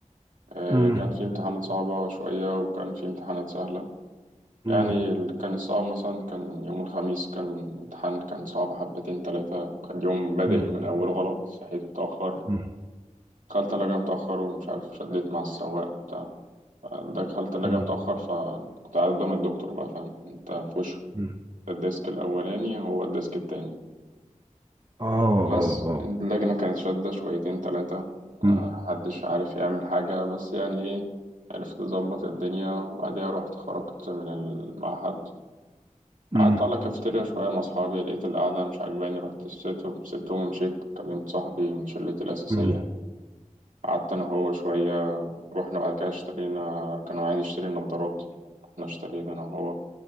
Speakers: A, on the right (about 80°); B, on the right (about 30°).
A: آه،
B: مم،
A: كان في امتحانات صعبة شوية وكان في امتحانات سهلة
B: مم،
A: يعني اللي كان الصعب مثلا كان يوم الخميس كان امتحان كان صعب حبتين تلاتة كان يوم بادئ
B: مم،
A: من أوله غلط صحيت متأخر
B: مم،
A: دخلت الثلاجة متأخر ومش عارف شديت مع السواق وبتاع دخلت الثلاجة
B: مم،
A: متأخر فكنت قاعد قدام الدكتور بقى فاهم انت في وشه
B: مم.
A: الديسك الأولاني هو الديسك التاني
B: اه
A: بس
B: اه اه
A: اللجنة كانت شادة شويتين تلاتة محدش
B: مم،
A: عارف يعمل حاجة بس يعني ايه عرفت أظبط الدنيا وبعديها رحت خرجت من المعهد
B: مم،
A: قعدت على كافيتيريا شوية مع أصحابي لقيت القعدة مش عاجباني رحت سبتهم سبتهم ومشيت كلمت صاحبي من شلتي الأساسية
B: مم.
A: قعدت أنا هو شوية رحنا بعد كده اشترينا كان هو عايز يشتري نظارات احنا اشترينا انا وهو